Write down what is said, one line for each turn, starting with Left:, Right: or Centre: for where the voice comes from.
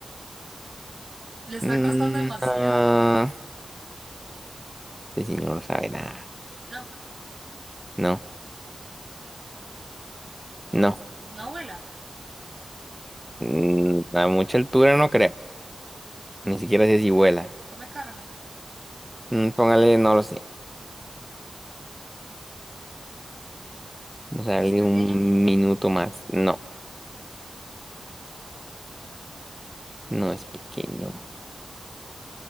Right: Le está
Centre: Mm,
Right: costando demasiado.
Centre: ah, este señor no sabe nada.
Right: No.
Centre: No, no.
Right: No vuela.
Centre: Mm, a mucha altura no creo. Ni siquiera sé si vuela.
Right: Come carne.
Centre: Mm, póngale, no lo sé. Vamos a darle
Right: Es pequeño.
Centre: un minuto más. No, no es pequeño.